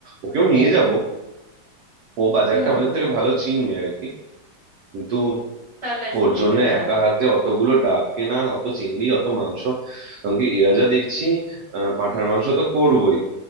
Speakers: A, on the right (about 70°); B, on the left (about 20°).
A: ওকেও নিয়ে যাব ও বাজারটা
B: হুম
A: আমাদের
B: হুম
A: থেকে ভালো চিনবে আর কি কিন্তু
B: তাহলে আর
A: ওর
B: সুবিধে
A: জন্য
B: হ্যাঁ
A: একা হাতে অতগুলো ডাব কেনা অত চিংড়ি অত মাংস কারণ কি এরা যা দেখছি আহ পাঁঠার মাংস তো করবই